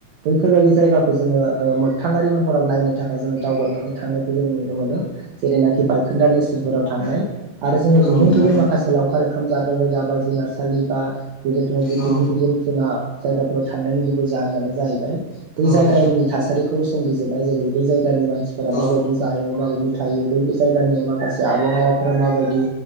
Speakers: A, on the right (about 65°); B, on the left (about 35°).
A: बैफोरबायाददि जायगाखौ जोङो ओ मोगथाङारि महराव नायनो थाखाय जोङो दावबायनानै थांनायखौ जोङो नुनो मोनो। जेरैनाखि बायखोन्दा नेसफोराव थांनाय आरो जोंनि
B: औ नोंथां औ नोंथां औ
A: गुबुन
B: नोंथां
A: गुबुन माखासे लावखार ओंखाम जाग्रा जायगा बा जुनारसालि बा बेबायदि बिदि
B: औ
A: गुबुन गुबुन जोंहा जायगाफोराव थांनायनि गुबुन बै जाहोनानो जाहैबाय बै जायगानि
B: औ
A: थासारिखौ संबिजिरनाय जेरै बै जायगानि मानसिफोरा
B: औ नोंथां उम औ नोंथां औ
A: माबायदि जायो माबायदि बि थायो बै जायगानि माखासे आबहावाफोरा माबायदि